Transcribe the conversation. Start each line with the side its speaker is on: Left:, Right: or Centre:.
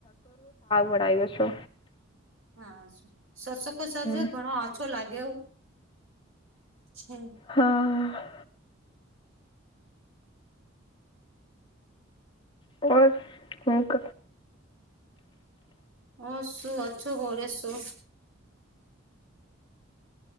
Left: બનાયો છો.
Right: હા સરસો કો
Left: છે
Right: સરસો
Left: હમ
Right: ઘણો આછો લાગે છે.
Left: હા ઓર હુંક
Right: હ શું અછો હો રહ્યા શો